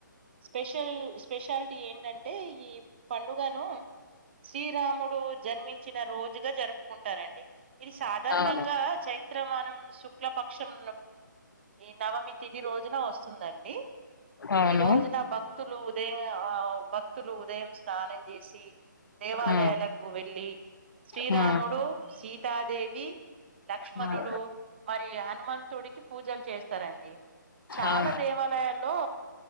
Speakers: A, on the right; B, on the left.
A: స్పెషల్ స్పెషాలిటీ ఏంటంటే ఈ పండుగను శ్రీరాముడు జన్మించిన రోజుగ జరుపుకుంటారండి. ఇది సాధారణంగా
B: అవును
A: చైత్రమాసం శుక్లపక్షం ఈ నవమి తిదిి రోజున వస్తుందండి.
B: అవును.
A: ఈ రోజున భక్తులు ఉదయం ఆ భక్తులు ఉదయం స్నానం చేసి దేవాలయాలకు
B: ఉమ్
A: వెళ్ళి శ్రీరాముడు
B: ఉమ్
A: సీత సీతాదేవి లక్ష్మణుడు
B: ఉమ్,
A: మరియు హనుమంతుడికి పూజలు చేస్తారండి. చాలా
B: అవును
A: దేవాలయాల్లో